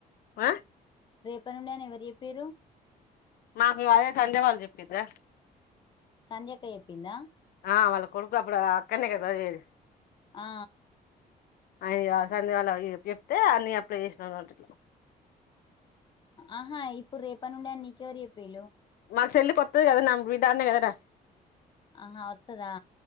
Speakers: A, on the left; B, on the left.
A: ఆ
B: రేప ను ఉండే అని ఎవరు చెప్పి పరు
A: మాకు అదే సంధ్య వాల్ చెప్పిదా
B: సంధ్యక్క చెప్పిందా
A: ఆ వాళ్ళ కొడుకు అప్పుడు అక్కనే కదా సదివేది
B: ఆ
A: అయ్యో సంధ్య వాళ అయ్యక్ చెప్తే అన్ని అప్లై చేసినరు వాలు
B: ఆహా ఇప్పుడు రేపనుండన్ నీకెవరు చెప్పిళ్ళు
A: మా చెల్లి కొత్తది కదా నా బిడ్డ ఆడ్నే కదా
B: ఆహా వత్తదా